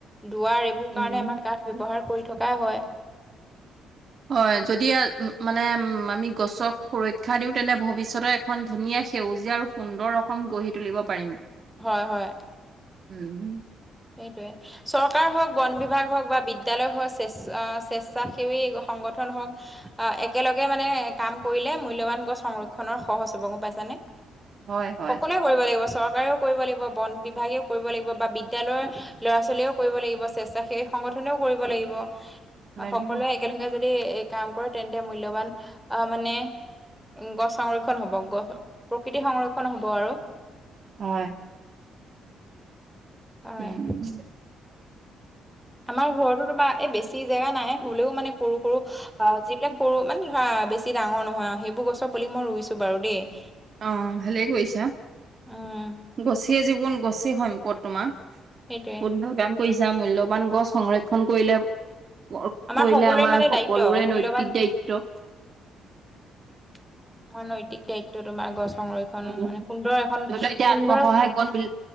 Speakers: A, in the centre; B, on the right.
A: দুৱাৰ এইবোৰ
B: উম।
A: কাৰণে আমাৰ কাঠ ব্যৱহাৰ কৰি থকাই হয়।
B: হয় যদি মানে উম আমি গছক সুৰক্ষা দিওঁ তেন্তে ভৱিষ্যতৰ এখন ধুনীয়া সেউজীয়া আৰু সুন্দৰ অসম গঢ়ি তুলিব পাৰিম।
A: হয় হয়
B: উম
A: সেইটোৱে চৰকাৰ হওঁক বন বিভাগ হওঁক বা বিদ্যালয় হওক স্বেছা আ স্বেচ্ছাসেৱী সংগঠন হওঁক অ একেলগে মানে কাম কৰিলে মূল্যবান গছ সংৰক্ষনৰ সহজ হ'ব গম পাইছানে
B: হয় হয়
A: সকলোৱে কৰিব লাগিব চৰকাৰেও কৰিব লাগিব বন বিভাগেও কৰিব লাগিব বা বিদ বিদ্যালয়ৰ ল'ৰা-ছোৱালীয়েও কৰিব লাগিব, স্বেচ্ছাসেৱী সংগঠনেও কৰিব লাগিব
B: লাগিব
A: সকলোৱে একেলগে যদি এ কাম কৰে তেন্তে মূল্যবান আহ মানে গছ সংৰক্ষণ হ'ব গ প্ৰকৃতি সংৰক্ষণ হ'ব আৰু
B: হয়
A: হয়
B: উম
A: আমাৰ ঘৰতো তোমা এই বেছি জেগা নাই সলেও মানে সৰু সৰু অ যিবিলাক সৰু মানে ধৰা বেছি ডাঙৰ নহয় আৰু সেইবোৰ গছৰ পুলি মই ৰুইছো বাৰু দেই
B: অ ভালেই কৰিছা
A: উম
B: গছেই জীৱন, গছেই সম্পদ তোমাৰ
A: সেইটোয়ে
B: কাম কৰিছা মূল্যবান গছ সংৰক্ষণ কৰিলে ক
A: আমাৰ
B: কৰিলে
A: সকলোৰে
B: আমাৰ
A: মানে
B: সকলোৰে
A: দায়িত্ব মূল্যবান
B: নৈতিক দায়িত্ব
A: তোমাৰ নৈতিক দায়িত্ব তোমাৰ গছ সংৰক্ষণ
B: উম।
A: মানে সুন্দৰ এখন
B: ধৰি লওক এতিয়া
A: সুন্দৰ
B: আত্মসহায় গোট বি